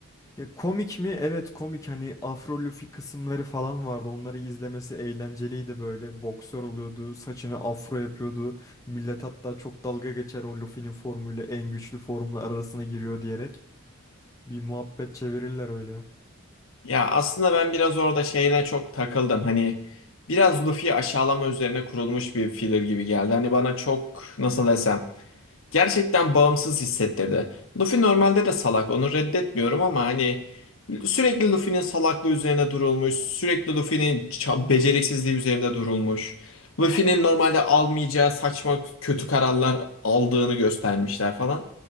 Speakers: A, on the left (about 15°); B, on the left (about 70°).
A: Ya komik mi? Evet komik hani Afro kısımları falan vardı. Onları izlemesi eğlenceliydi böyle. Boksör oluyordu. Saçını afro yapıyordu. Millet hatta çok dalga geçer o Luffy'nin formuyla en güçlü formla arasına giriyor diyerek. Bir muhabbet çevirirler öyle.
B: Ya aslında ben biraz orada şeyine çok takıldım. Hani biraz Luffy'yi aşağılama üzerine kurulmuş bir filler gibi geldi. Hani bana çok nasıl desem gerçekten bağımsız hissettirdi. Luffy normalde de salak, onu reddetmiyorum ama hani sürekli Luffy'nin salaklığı üzerine durulmuş, sürekli Luffy'nin ça- beceriksizliği üzerine durulmuş. Luffy'nin normalde almayacağı saçma kötü kararlar aldığını göstermişler falan.